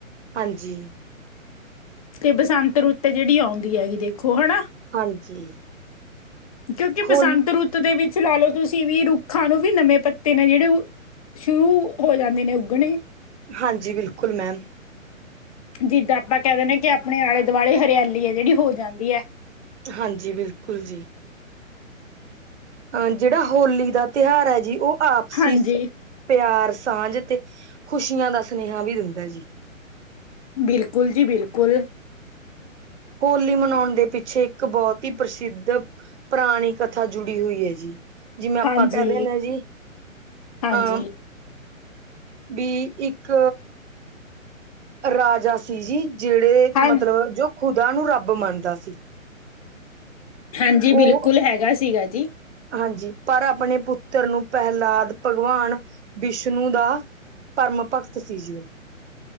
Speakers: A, on the right; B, on the left.
A: ਹਾਂਜੀ।
B: ਤੇ ਬਸੰਤ ਰੁੱਤ ਜਿਹੜੀ ਆਉਂਦੀ ਹੈਗੀ ਦੇਖੋ ਹਨਾ।
A: ਹਾਂਜੀ।
B: ਕਿਉਂਕਿ
A: ਹੋਲ
B: ਬਸੰਤ ਰੁੱਤ ਦੇ ਵਿੱਚ ਲਾ ਲਓ ਤੁਸੀਂ ਵੀ ਰੁੱਖਾਂ ਨੂੰ ਵੀ ਨਵੇਂ ਪੱਤੇ ਨੇ ਜਿਹੜੇ ਓਹ। ਸ਼ੁਰੂ ਹੋ ਜਾਂਦੇ ਨੇ ਉੱਗਣੇ।
A: ਹਾਂਜੀ ਬਿਲਕੁਲ ਮੈਮ।
B: ਜਿੱਦਾਂ ਆਪਾਂ ਕਹਿ ਦਿੰਦੇ ਕਿ ਆਪਣੇ ਆਲੇ ਦੁਆਲੇ ਹਰਿਆਲੀ ਹੈ ਜਿਹੜੀ ਹੋ ਜਾਂਦੀ ਹੈ।
A: ਹਾਂਜੀ ਬਿਲਕੁਲ ਜੀ। ਅ ਜੇੜਾ ਹੋਲੀ ਦਾ ਤਿਉਹਾਰ ਹੈ ਜੀ ਓਹ ਆਪਸੀ
B: ਹਾਂਜੀ
A: ਸ ਪਿਆਰ, ਸਾਂਝ ਤੇ ਖ਼ੁਸ਼ੀਆਂ ਦਾ ਸੁਨੇਹਾ ਵੀ ਦਿੰਦੈ ਜੀ।
B: ਬਿਲਕੁਲ ਜੀ ਬਿਲਕੁਲ।
A: ਹੋਲੀ ਮਨੋਣ ਦੇ ਪਿੱਛੇ ਇੱਕ ਬੌਤ ਹੀ ਪ੍ਰਸਿੱਧ ਪਰਾਣੀ ਕਥਾ ਜੁੜੀ ਹੁਈ ਏ ਜੀ। ਜਿਵੇ ਅਪਾਂ
B: ਹਾਂਜੀ
A: ਕੈ ਦਿੰਨੇ ਆ ਜੀ,
B: ਹਾਂਜੀ
A: ਆਂ ਵੀ ਇੱਕ ਰਾਜਾ ਸੀ ਜੀ ਜੇੜੇ
B: ਹਾਂ
A: ਮਤਲਬ ਜੋ ਖੁਦਾ ਨੂੰ ਰੱਬ ਮੰਨਦਾ ਸੀ।
B: ਹਾਂਜੀ, ਬਿਲਕੁਲ
A: ਉਹ
B: ਹੈਗਾ ਸੀਗਾ ਜੀ।
A: ਹਾਂਜੀ, ਪਰ ਆਪਣੇ ਪੁੱਤਰ ਨੂੰ ਪੈਹਲਾਦ ਭਗਵਾਨ ਵਿਸ਼ਨੂੰ ਦਾ ਭਰਮ ਭਗਤ ਸੀ ਜੀ ਔ।